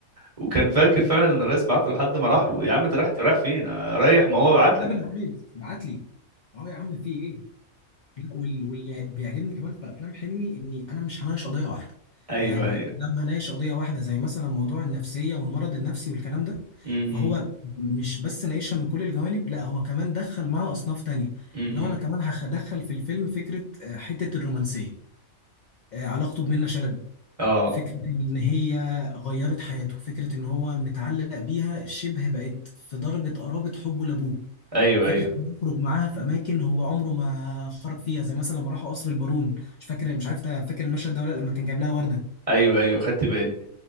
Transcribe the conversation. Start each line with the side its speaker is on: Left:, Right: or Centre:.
Right: وكان فاكر فعلا ان الرئيس بعت له لحد ما راح له يا عم ده رايح رايح فين آه، رايح ما هو بعت
Left: قابل
Right: لي
Left: الرئيس بعت لي اه يا عم في ايه لا وال- واللي بيعجبني كمان في افلام حلمي اني انا مش هناقش قضيه واحده
Right: ايوه
Left: يعني
Right: ايوه
Left: لما هناقش قضيه واحده زي مثلا موضوع النفسيه والمرض النفسي والكلام ده
Right: امم
Left: فهو
Right: امم
Left: مش بس ناقشها من كل الجوانب لا هو كمان دخل معاها اصناف تانية
Right: إمم،
Left: اللي
Right: إمم.
Left: هو انا كمان هدخل في الفيلم فكره آه، حته الرومانسيه آه، علاقته بمنة شلبي
Right: اه
Left: فكرة إن هي غيرت حياته فكرة إن هو متعلق بيها شبه بقت في درجة قرابة حبه لأبوه
Right: ايوه
Left: فكرة
Right: ايوه
Left: إنه يخرج معاها في أماكن هو عمره ما خرج فيها زي مثلا لما راحوا قصر البارون مش فاكر مش عارف تا- فاكر المشهد ده ولا لأ، لما كان جايب لها وردة
Right: ايوه ايوه خدت بالي